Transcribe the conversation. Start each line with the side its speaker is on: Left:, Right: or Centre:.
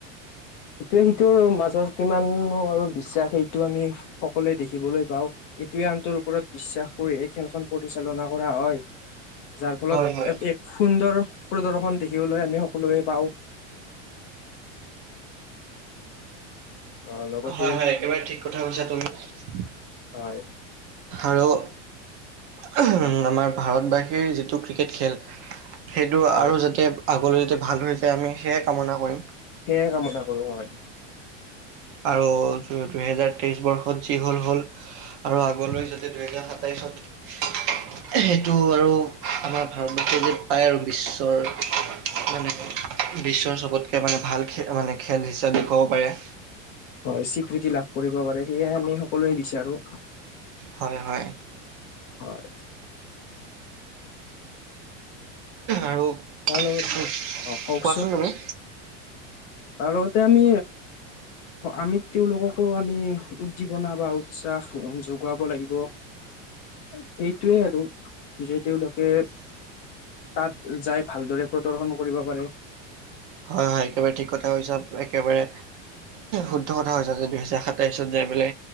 Left: সেইটোৱে সেইটোৰ মাজৰ কিমান আৰু বিশ্বাস সেইটো আমি সকলোৱে দেখিবলৈ পাওঁ এইটোৱে আনটোৰ ওপৰত বিশ্বাস কৰি এই খেলখন পৰিচালনা কৰা হয় যাৰ ফলত
Right: হয় হয়
Left: এক সুন্দৰ প্ৰদৰ্শন দেখিবলৈ আমি সকলোৱে পাওঁ আহ লগতে
Right: হয় হয় একেবাৰে ঠিক কথা কৈছা তুমি
Left: হয়
Right: আৰু আমাৰ ভাৰতবাষীৰ যিটো ক্ৰিকেট খেল সেইটো
Left: হয়
Right: আৰু যাতে আগলৈ যাতে ভাল হৈ যায় আমি সেয়ে কামনা কৰিম
Left: সেয়াই কামনা কৰো হয়
Right: আৰু দুহেজাৰ তেইশ বৰ্ষত যি হল হল আৰু আগলৈ যাতে দুহেজাৰ সাতাইশ ছত সেইটো আৰু আমাৰ ভাৰতবৰ্ষ যে পায় আৰু বিশ্বৰ মানে বিশ্বৰ চবতকে মানে ভাল মানে খেল হিচাপে ক'ব পাৰে
Left: হয় স্বীকৃতি লাভ কৰিব পাৰে সেয়ে আমি সকলোৱে বিচাৰো
Right: হয় হয়
Left: হয়
Right: আৰু উ
Left: তাৰ লগত অ কওকচোন
Right: কোৱাচোন তুমি
Left: তাৰ লগতে আমি আমি তেওঁলোককো আমি উদ্দীপনা বা উৎসাহ যগুৱাব লাগিব সেইটোয়ে আৰু যে তেওঁলোকে তাত যাই ভালদৰে প্ৰদৰ্শন কৰিব পাৰে
Right: হয় হয় একেবাৰে ঠিক কথা কৈছা একেবাৰে শুদ্ধ কথা কৈছা যে দুহেজাৰ সাতাইশত যে পাই